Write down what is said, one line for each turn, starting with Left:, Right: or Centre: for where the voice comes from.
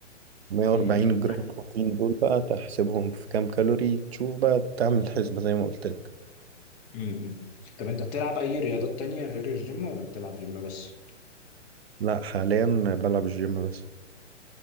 Right: 140
Left: م- م-
Right: جرام بروتين دول بقى تحسبهم في كام كالوري تشوف بقى تعمل الحسبة زي ما قلت لك
Left: م- م. طب انت بتلعب اي رياضات تانية غير الجيم ولا بتلعب جيم بس
Right: لا حاليا بلعب الجيم بس